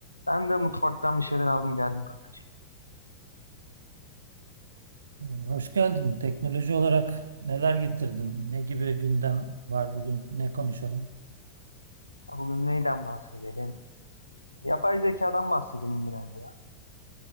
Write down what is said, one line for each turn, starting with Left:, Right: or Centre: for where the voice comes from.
Left: Ben de mutfaktan bir şeyler aldım geldim kanka.
Right: Ee, Hoş geldin. Teknoloji olarak neler getirdin? Ne gibi gündem var bugün? Ne konuşalım?
Left: Ya Bugün neyden bahsedelim? Yapay zekadan bahsedelim biraz ya.